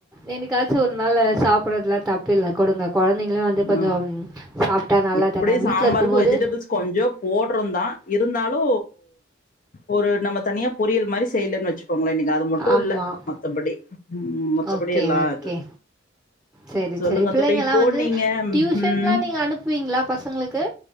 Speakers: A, in the centre; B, on the left (about 40°).
A: என்னைக்காச்சு ஒரு நாளு சாப்டறதுல தப்பு இல்ல கொடுங்க கொழந்தைங்களு வந்து கொஞ்சம்
B: ஆ
A: சாப்ட்டா நல்லதான
B: இப்டி சாம்பாருக்கு
A: வீட்ல இருக்கும் போது
B: வெஜிடபிள்ஸ் கொஞ்சோ போட்றோதா இருந்தாலு ஒரு நம்ம தனியா பொரியல் மாரி செய்யலன்னு வச் பொங்கல் அன்னைக்கி அது மட்டு
A: ஆமாம்
B: இல்ல மத்தபடி ம் மத்தபடி
A: ஓகே
B: எல்லா
A: ஓகே
B: அது
A: சரி
B: சொல்லுங்க
A: சரி பிள்ளைங்கள்லாம்
B: தோழி இப்போ
A: வந்து
B: நீீங்க
A: டியூஷன்லாம்
B: ம்
A: நீங்கள் அனுப்புவீங்களா பசங்களுக்கு